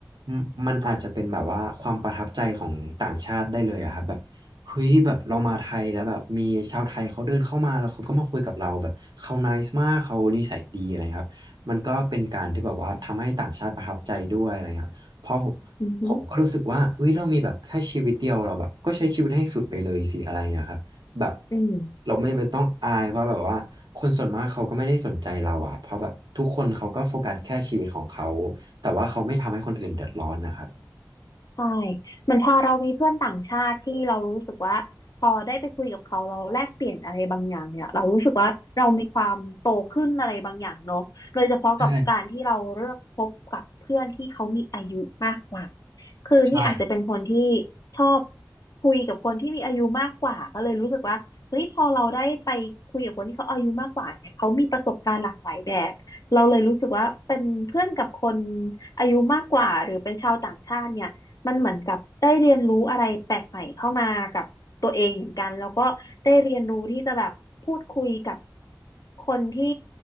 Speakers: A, on the right; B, on the left.
A: มันมันอาจจะเป็นแบบว่าความประทับใจของต่างชาติได้เลยอะครับแบบเฮ้ยแบบเรามาไทยแล้วแบบมีชาวไทยเขาเดินเข้ามาแล้วเขาก็มาคุยกับเราแบบเขาไนซ์มากเขานิสัยดีอะไรครับมันก็เป็นการที่แบบว่าทำให้ต่างชาติประทับใจด้วยอะไรครับ เพราะผม
B: อือฮึ
A: ผมก็รู้สึกว่าเฮ้ยเรามีแบบแค่ชีวิตเดียวเราแบบ ก็ใช้ชีวิตให้สุดไปเลยสิอะไรอย่างเงี้ยครับแบบ
B: อืม
A: เราไม่ไม่ต้องอายเพราะแบบว่าคนส่วนมากเขาก็ไม่ได้สนใจเราอะเพราะแบบทุกคนเขาก็โฟกัสแค่ชีวิตของเขา แต่ว่าเขาไม่ทำให้คนอื่นเดือดร้อนนะครับ
B: ใช่เหมันพอเรามีเพื่อนต่างชาติที่เรารู้สึกว่าพอได้ไปคุยกับเขาเราแลกเปลี่ยนอะไรบางอย่างเนี่ยเรารู้สึกว่าเรามีความโตขึ้นอะไรบางอย่างเนาะโดยเฉพาะกับการที่เราเลือกคบกับเพื่อนที่เขามีอายุมากกว่า
A: ใช่
B: คือนี่อาจจะเป็นคนที่
A: ใช่
B: ชอบคุยกับคนที่มีอายุมากกว่าก็เลยรู้สึกว่าเฮ้ยพอเราได้ไปคุยกับคนที่เขาอายุมากกว่าเนี่ยเขามีประสบการณ์หลากหลายแบบเราเลยรู้สึกว่าเป็นเพื่อนกับคนอายุมากกว่าหรือเป็นชาวต่างชาติเนี่ย มันเหมือนกับได้เรียนรู้อะไรแปลกใหม่เข้ามากับตัวเองเหมือนกันแล้วก็ได้เรียนรู้ที่จะแบบพูดคุยกับคนที่